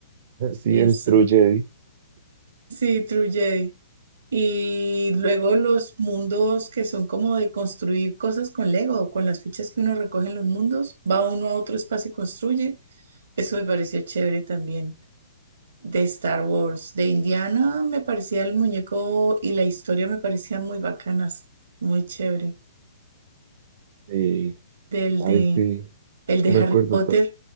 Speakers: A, on the right; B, on the right.
A: Sí,
B: Eso.
A: el Pro Jedi.
B: Sí, True Jedi. Y luego los mundos que son como de construir cosas con Lego, o con las fichas que uno recoge en los mundos, va uno a otro espacio y construye. Eso me pareció chévere también. De Star Wars, de Indiana me parecía el muñeco y la historia me parecían muy bacanas, muy chévere.
A: Eh,
B: Del
A: a
B: de,
A: veces
B: el de
A: me
B: Harry
A: acuerdo.
B: Potter,
A: to-